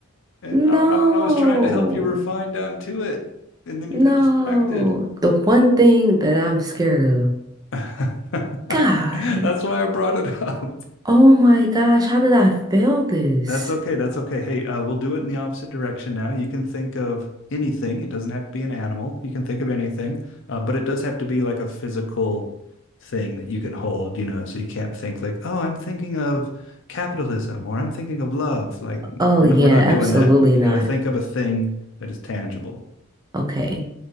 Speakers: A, on the left; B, on the right.
A: And I,
B: No,
A: I, I was trying to help you refine down to it, and then
B: no.
A: you got distracted.
B: The one thing that I'm scared of.
A: <laughs> That's
B: God.
A: why I brought it up.
B: Oh my gosh, how did
A: No.
B: I fail this?
A: That's okay. That's okay. Hey, uh, we'll do it in the opposite direction now. You can think of anything. It doesn't have to be an animal. You can think of anything, uh, but it does have to be like a physical thing that you can hold, you know, so you can't think like, oh, I'm thinking of capitalism or I'm thinking of love. Like
B: Oh
A: we're
B: yeah,
A: not, we're not
B: absolutely
A: doing that. You
B: not.
A: got to think of a thing that is tangible.
B: Okay.